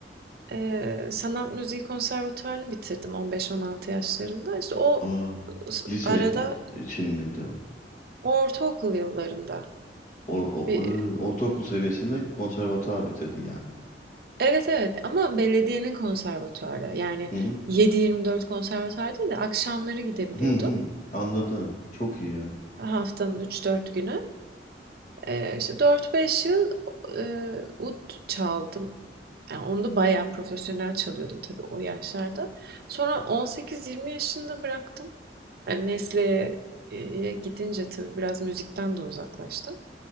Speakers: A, on the right (about 60°); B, on the left (about 45°).
A: Eee, sanat müziği konservatuvarını bitirdim 15-16 yaşlarında. İşte o
B: Aa,
A: s-
B: lise
A: arada
B: iç- için miydi o?
A: ortaokul yıllarında.
B: O, o-
A: bir-
B: ö, ortaokul seviyesinde konservatuar bitirdin yani.
A: Evet evet ama belediyenin konservatuvarı. Yani
B: Hı hı.
A: 7-24 konservatuvar değil de akşamları gidebiliyordum.
B: Hı hı. Anladım. Çok iyi ya.
A: Haftanın 3-4 günü. Eee işte 4-5 yıl eee, ud çaldım. Yani onu da bayağı profesyonel çalıyordum tabii o yaşlarda. Sonra 18-20 yaşında bıraktım. Yani mesleğe e, gidince tabii biraz müzikten de uzaklaştım.